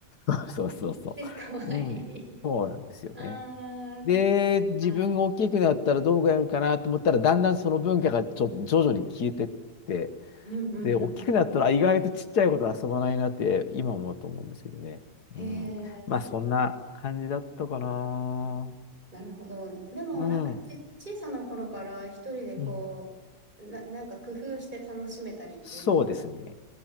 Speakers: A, on the left (about 75°); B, on the right (about 30°).
A: <laughs> そうそうそうそう。
B: いい、かわいい。
A: うん。そうなんですよね。
B: あ
A: で、自分が大きくなったらどうやるかなと思ったら、
B: あ、はい。
A: だんだんその文化がちょ、徐々に消えてって、
B: うん、うん、
A: で、大きくなったら意外とちっちゃいこと遊ばないなって今思うと思うんですけどね。
B: うん。へえ。
A: うん。まあ、そんな感じだったかな。
B: なるほど。でも、
A: うん。
B: なんかち、小さな頃から一人でこう、
A: うん。
B: な、なんか工夫して楽しめたりっていうのは、
A: そうですね。